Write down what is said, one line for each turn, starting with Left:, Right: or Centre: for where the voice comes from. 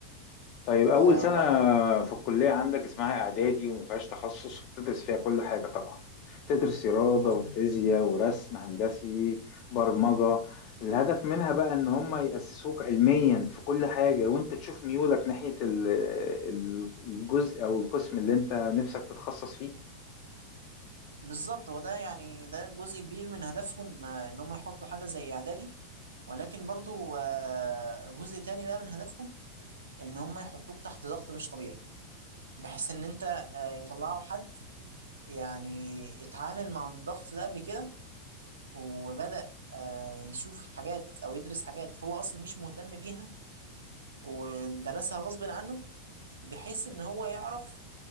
Left: طيب
Right: آه
Left: أول سنة
Right: وبرضه
Left: في الكلية عندك اسمها إعدادي وما فيهاش تخصص وبتدرس فيها كل حاجة طبعا تدرس رياضة
Right: مظبوط
Left: وفيزياء ورسم هندسي برمجة الهدف منها بقى إن هم يأسسوك علميا في كل حاجة وأنت تشوف ميولك ناحية ال- ال- الجزء أو القسم اللي أنت نفسك تتخصص فيه
Right: بالظبط هو ده يعني ده جزء كبير من هدفهم آه، ان هم يحطوا حاجه زي اعدادي ولكن برضو آه، جزء تاني بقى من هدفهم ان هم يحطوك تحت ضغط مش طبيعي بحيث ان انت آه، يطلعوا حد يعني اتعامل مع الضغط ده قبل كده وبدأ آه، يشوف حاجات او يدرس حاجات هو اصلا مش مهتم بيها ودرسها غصب عنه بحيث ان هو يعرف